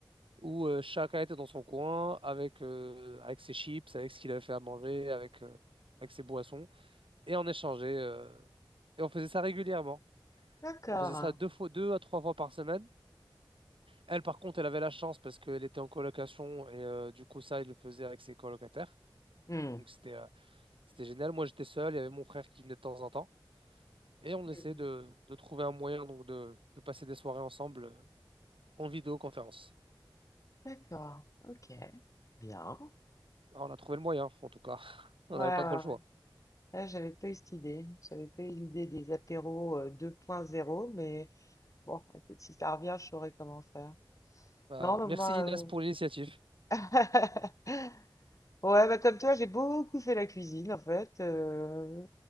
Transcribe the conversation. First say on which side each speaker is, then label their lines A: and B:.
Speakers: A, on the right; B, on the left.
A: où euh, chacun était dans son coin avec, euh, avec ses chips, avec ce qu'il avait fait à manger, avec, euh, avec ses boissons, et on échangeait. euh, et on faisait ça régulièrement.
B: D'accord.
A: On faisait ça deux fois, deux à trois fois par semaine. Elle, par contre, elle avait la chance parce qu'elle était en colocation et euh, du coup, ça, il le faisait avec ses colocataires.
B: Hmm.
A: Donc, c'était euh, c'était génial. Moi, j'étais seul. Il y avait mon frère qui venait de temps en temps. Et on essaie
B: Mhm.
A: de, de trouver un moyen donc de, de passer des soirées ensemble euh, en vidéoconférence.
B: D'accord, ok, bien.
A: Ah, on a trouvé le moyen, en tout cas. <laughs>
B: Ouais,
A: On n'avait
B: ouais,
A: pas trop le
B: ouais.
A: choix.
B: Là, j'avais pas eu cette idée. J'avais pas eu l'idée des apéros euh, 2.0, mais bon, écoute, si ça revient, je saurai comment faire.
A: Euh,
B: Non, mais
A: merci
B: moi,
A: Inès pour l'initiative.
B: euh, <laughs> Ouais, bah comme toi, j'ai beaucoup fait la cuisine en fait. euh,